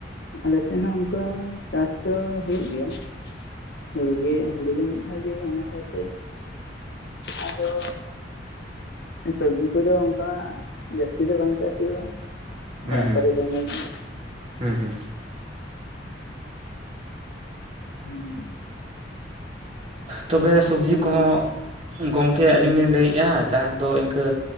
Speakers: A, on the left; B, on the right.
A: ᱟᱞᱮᱥᱮᱫ ᱦᱚᱸ ᱚᱱᱠᱟ ᱪᱟᱥ ᱫᱚ ᱦᱩᱭᱩᱜᱳ ᱜᱮᱭᱟ ᱦᱩᱲᱩ ᱜᱮ ᱦᱩᱲᱩ ᱫᱚ ᱢᱤᱫ ᱫᱷᱟᱣ ᱜᱮ ᱚᱱᱟ ᱥᱟᱶᱛᱮ ᱟᱫᱚ ᱥᱚᱵᱡᱤ ᱠᱚᱫᱚ ᱚᱱᱠᱟ ᱡᱟᱹᱥᱛᱤ ᱫᱚ ᱵᱟᱝ ᱪᱟᱥ ᱦᱩᱭᱩᱜᱼᱟ᱾
B: ᱦᱩᱸ
A: ᱚᱲᱟᱜ
B: ᱦᱩᱸ
A: ᱠᱚᱨᱮ ᱡᱚᱢ ᱞᱟᱹᱜᱤᱫ ᱜᱮ᱾
B: ᱦᱩᱸ ᱦᱩᱸ ᱦᱩᱸ
A: ᱦᱮᱸ
B: ᱛᱚᱵᱮ ᱥᱚᱵᱡᱤ
A: ᱟᱨ ᱛᱟᱦᱚᱞᱮ
B: ᱠᱚᱦᱚᱸ ᱜᱚᱝᱠᱮ ᱟᱹᱞᱤᱧ ᱞᱤᱧ ᱞᱟᱹᱭᱮᱫᱼᱟ ᱪᱟᱥ ᱫᱚ ᱤᱱᱠᱟᱹ